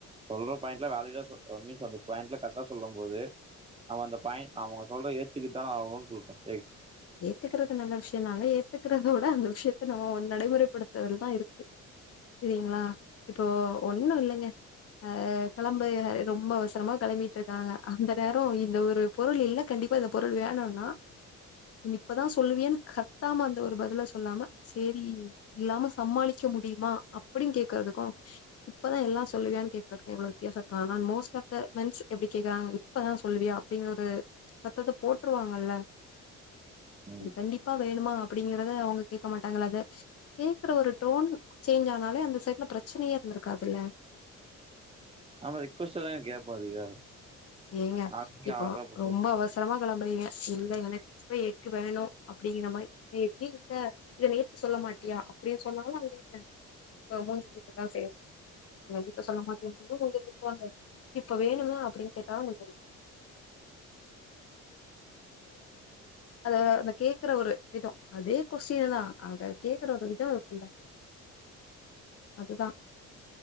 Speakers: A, on the right; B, on the left.
A: சொல்ற பாயிண்ட்ல வேற இதா <unintelligible> சோ மீன்ஸ் அந்த <unintelligible> கரெக்டா சொல்லும் போது அவ அந்த பாயிண்ட் அவுங்க சொல்ற ஏத்துக்கிட்டுதா ஆகுணு சொல்றே
B: ஏத்தக்கறது நல்ல விஷயந்தாங்க ஏத் த்துக்கறதோட அந்த விஷயத்த நம்ம வந் நடைமுறைப்படுத்தறதல்ல தா இருக்கு செரிங்குளா இப்ப ஒன்னு இல்லைங்க அ கிளம்பு யா ரொம்ப அவசரமா களம்பிட்டு இருக்காங்க அந்த நேர் ட்டு இந்த ஒரு பொருள் இல்ல கண்டிப்பா இந்த பொருள் வேணுனா நீ இப்பதா சொல்லுவியான்னு கத்தாம அந்த ஒரு பதுல சொல்லாம சேரி இல்லாம சம்மாளிக்க முடியுமா அப்டின் கேக்கறதுக்கு இப்பதா எல்லா சொல்லுவியான்னு கேக்குறதுக்கு எவ்ளோ வித்தியாசோருக்கு அனா மோஸ்ட் ஆஃப் த்த மென்ஸ் எப்டி கேக்குறாங்க இப்பதா சொல்லுவியா அப்டின் ஒரு சத்தத்த போட்டுருவாங்கல்ல
A: ம்
B: அது கண்டிப்பா வேணுமா அப்பிடிங்கறத அவுங்க கேக்க மாட்டாங்களா அத <unintelligible> கேக்குற ஒரு டோன் சேஞ்ச் ஆனாலே அந்த சைட்ல பிரச்சனையே இருந்துருக்காதுல்ல
A: நம்ம ரிக்வஸ்ட்ட <unintelligible>
B: ஏங்க
A: அவங்க
B: இப்போ
A: ஆட்ரா போ
B: ரொம்ப அவசரமா களம்புரிங்க இல்ல <unintelligible> வீட்டுக்கு வேணு அப்பிடிங்கிற மாரி <unintelligible> இல்ல இத நேத்து சொல்ல மாட்டியா அப்டியே சொன்னாலு அங்கேருக்காது அ மூஞ்சி தூக்க தா செய் <unintelligible> முன்க்கூட்டியே செல்ல மாட்டியா <unintelligible> அப்பாவு மூஞ்ச தூக்குவாங்க இப்ப வேணுங்க அப்டின் கேட் <unintelligible> அத கேக்குற ஒரு விதோ அதே கொஸ்டின்னு தா அது கேக்கறத விதோ இருக்குல்ல அதுதா